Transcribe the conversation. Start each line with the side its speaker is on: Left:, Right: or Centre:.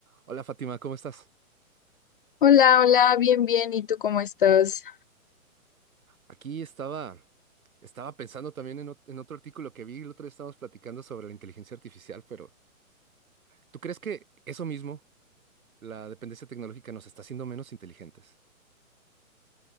Right: Hola Fátima, ¿cómo estás?
Left: Hola, hola, bien, bien. ¿Y tú cómo estás?
Right: Aquí estaba, estaba pensando también en, ot- en otro artículo que vi, el otro día estábamos platicando sobre la inteligencia artificial, pero ¿tú crees que eso mismo, la dependencia tecnológica, nos está haciendo menos inteligentes?